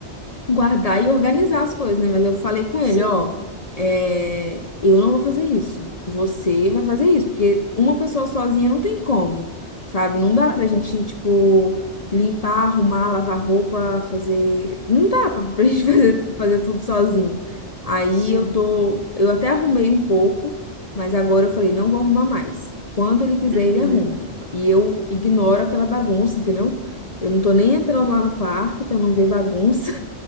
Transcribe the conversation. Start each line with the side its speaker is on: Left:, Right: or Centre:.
Left: guardar e organizar as coisas, né? Mas eu falei com ele,
Right: Sim,
Left: ó, é, eu não vou fazer isso. Você vai fazer isso, porque uma pessoa sozinha não tem como, sabe? Não dá pra gente, tipo, limpar, arrumar, lavar roupa, fazer. Não dá pra, pra <laughs> gente fazer, fazer tudo sozinho. Aí
Right: sim.
Left: eu tô. Eu até arrumei um pouco, mas agora eu falei, não vou arrumar mais. Quando ele quiser,
Right: Uhum.
Left: ele arruma. E eu ignoro aquela bagunça, entendeu? Eu não tô nem entrando lá no quarto pra não ver bagunça